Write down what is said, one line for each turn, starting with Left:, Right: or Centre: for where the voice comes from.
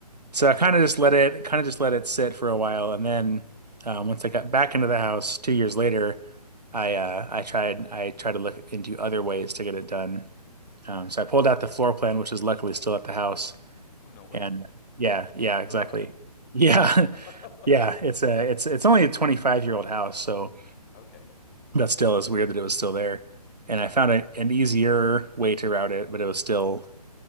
Right: so I kind of just let it kind of just let it sit for a while, and then um, once I got back into the house two years later, I uh, I tried I tried to look into other ways to get it done. Um, so I pulled out the floor plan, which is luckily still at the house.
Left: Oh no way.
Right: And yeah, yeah,
Left: You're
Right: exactly.
Left: lucky.
Right: Yeah,
Left: <laughs>
Right: <laughs> yeah. It's a it's it's only a 25 year old house, so.
Left: Okay,
Right: That still is weird that it was still there. And I found a, an easier way to route it, but it was still